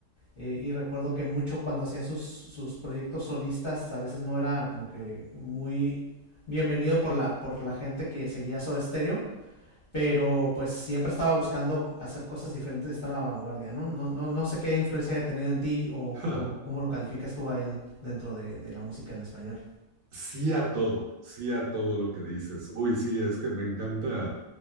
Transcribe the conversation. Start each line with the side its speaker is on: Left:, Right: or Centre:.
Left: eh, y recuerdo que mucho cuando hacía sus, sus proyectos solistas a veces no era como que muy bienvenido por la, por la gente que seguía Soda Stereo, pero pues siempre estaba buscando hacer cosas diferentes, estar a la vanguardia, ¿no? No, no, no sé qué influencia haya tenido en ti o,
Right: Ja,
Left: o cómo lo calificas tú a él dentro de, de la música en español.
Right: Sí a todo, sí a todo lo que dices. Uy, sí, es que me encanta